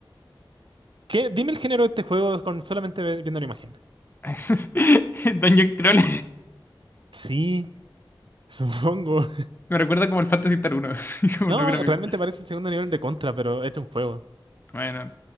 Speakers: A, on the right; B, on the left.
A: ¿Qué? Dime el género de este juego con solamente ve- viendo la imagen.
B: <laughs> Dungeon Crawl.
A: Sí, <laughs> supongo.
B: Me recuerda como el Fantasy Star 1, <laughs> como
A: No,
B: lo gráfico.
A: realmente parece el segundo nivel de Contra, pero es un juego.
B: Bueno,